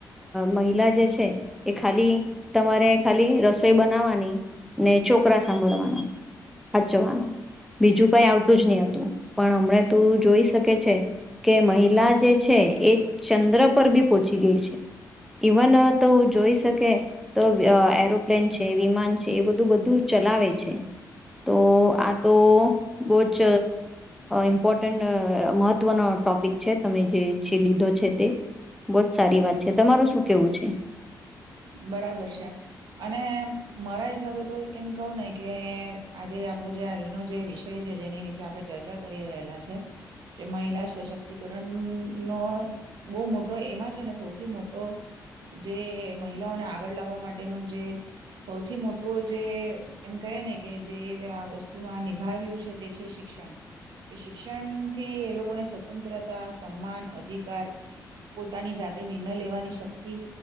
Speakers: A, in the centre; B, on the right (about 70°).
A: મહિલા જે છે એ ખાલી તમારે ખાલી રસોઈ બનાવવાની ને છોકરા સાંભળવાના વાચવાના બીજું કઈ આવતું જ નહ હતું પણ હમણાં તો જોઈ શકે છે કે મહિલા જે છે એ ચંદ્ર પર બી પહોંચી ગઈ છે ઈવન તો જોઈ શકે તો એરોપ્લેન છે વિમાન છે એ બધું બધું ચલાવે છે તો આ તો બહ જ ઇમ્પોર્ટન્ટ મહત્વનો ટોપિક છે તમે જે છે લીધો છે તે બહુ જ સારી વાત છે તમાર શું કેવું છે
B: બરાબર છે અને મારા હિસાબે તો એમ કહું ને કે આજે આપણો જે આયોજનો જે વિષય છે જેની વિશે આપડે ચર્ચા કરી રહેલા છે કે મહિલા સશક્તિકરણનોો બહુ મોટો એમાં છે ને સૌથી મોટો જે મહિલાઓને આગળ લાવવા માટેનું જે સૌથી મોટું જે એમ કહે ને કે જે આ વસ્તુમાં નિભાવ્યું છે તે છે શિક્ષણ કે શિક્ષણથી એ લોકોને સ્વતંત્રતા સન્માન અધિકાર પોતાની જાતે નિર્ણય લેવાની શક્તિ